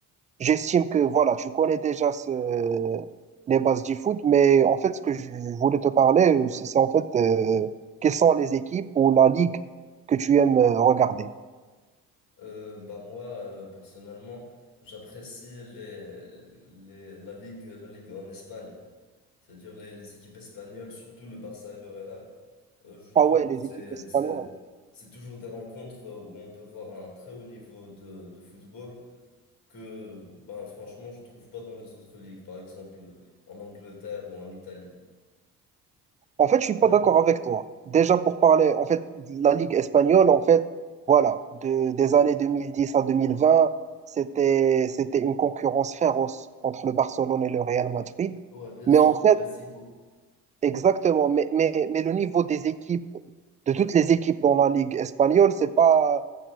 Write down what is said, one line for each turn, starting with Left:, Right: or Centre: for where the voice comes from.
Right: j'estime que voilà, tu connais déjà ce- les bases du foot, mais en fait, ce que je voulais te parler, euh, c'est c'est en fait euh, quelles sont les équipes ou la ligue que tu aimes euh, regarder.
Left: Euh, bah moi, euh, personnellement, j'apprécie les, les, la ligue, la ligue en Espagne, c'est-à-dire les, les équipes espagnoles, surtout le Barça et le Real. Euh, je trouve
Right: Ah ouais,
Left: que
Right: les
Left: c'est,
Right: équipes espagnoles.
Left: c'est, c'est toujours des rencontres où on peut voir un très haut niveau de, de football que, ben, franchement, je trouve pas dans les autres ligues, par exemple en Angleterre ou en Italie.
Right: En fait, je suis pas
Left: Même,
Right: d'accord avec toi. Déjà pour parler, en fait, de la ligue espagnole, en fait, voilà, de, des années 2010 à 2020, c'était c'était une concurrence féroce entre le Barcelone et le Real Madrid.
Left: ouais, bien
Right: Mais
Left: sûr,
Right: en fait,
Left: le Classico.
Right: Exactement, mais, mais, mais le niveau des équipes, de toutes les équipes dans la Ligue espagnole, c'est pas,